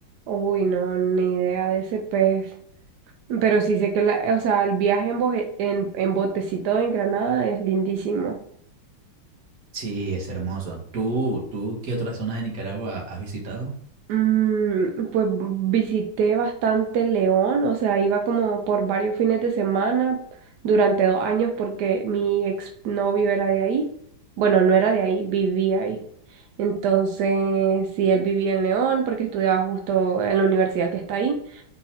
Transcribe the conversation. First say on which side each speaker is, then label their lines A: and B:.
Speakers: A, on the right; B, on the right.
A: Uy, no, ni idea de ese pez. Pero sí sé que la, o sea, el viaje en, boje- en, en botecito en Granada es lindísimo.
B: Sí, es hermoso. ¿Tú, tú qué otras zonas de Nicaragua has visitado?
A: Mm, pues visité bastante León, o sea, iba como por varios fines de semana durante dos años porque mi exnovio era de ahí. Bueno, no era de ahí, vivía ahí. Entonces, sí, él vivía en León porque estudiaba justo en la universidad que está ahí.